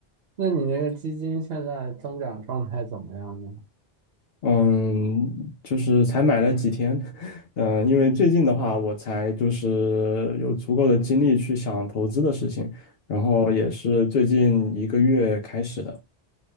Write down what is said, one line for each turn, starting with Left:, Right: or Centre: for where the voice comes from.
Right: 那你那个基金现在增长状态怎么样呢？
Left: 嗯，就是才买了几天，<laughs> 嗯，因为最近的话，我才就是有足够的精力去想投资的事情，然后也是最近一个月开始的。